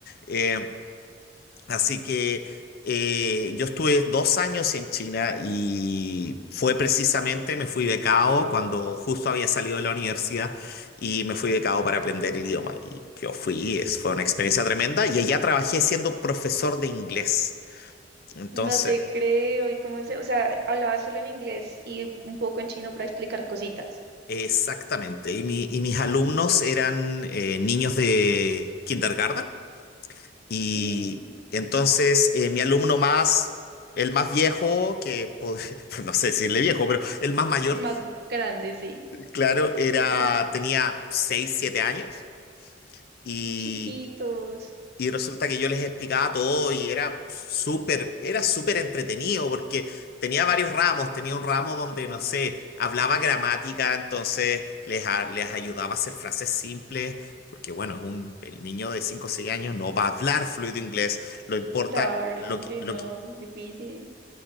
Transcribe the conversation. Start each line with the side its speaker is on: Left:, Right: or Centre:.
Left: Eh, Así que eh, yo estuve dos años en China y fue precisamente, me fui becado cuando justo había salido de la universidad y me fui becado para aprender el idioma. Y yo fui, es, fue una experiencia tremenda y allá trabajé siendo profesor de inglés. Entonces,
Right: No te creo. ¿Y cómo se, o sea, hablabas solo en inglés y un poco en chino para explicar cositas.
Left: exactamente. Y, mi- y mis alumnos eran eh, niños de kindergarten. Y
Right: Mm,
Left: entonces eh, mi alumno más, el más viejo, que pod- <laughs> no sé decirle viejo, pero el más mayor,
Right: más grande, sí.
Left: claro, era,
Right: <laughs>
Left: tenía 6 7 años. Y
Right: Chiquitos.
Left: y resulta que yo les explicaba todo y era súper, era súper entretenido porque tenía varios ramos. Tenía un ramo donde, no sé, hablaba gramática, entonces les, a- les ayudaba a hacer frases simples. Porque bueno, es un, el niño de 5 o 6 años no va a hablar fluido inglés. Lo importa,
Right: Claro
Left: lo que,
Right: que
Left: lo
Right: no,
Left: que,
Right: es difícil.